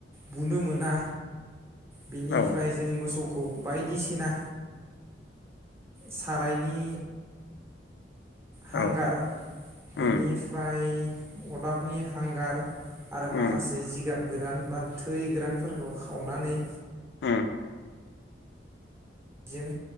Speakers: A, on the right; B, on the left.
A: बुनो मोना बिनिफ्राय
B: औ
A: जों मोसौ खौ बायदिसिना साराइनि हांगार
B: औ उम
A: बिनिफ्राय अरदाबनि हांगार आरो
B: उम
A: माखासे जिगाब गोरान बा थोरि गोरानफोरखौ खावनानै
B: उम
A: बेजों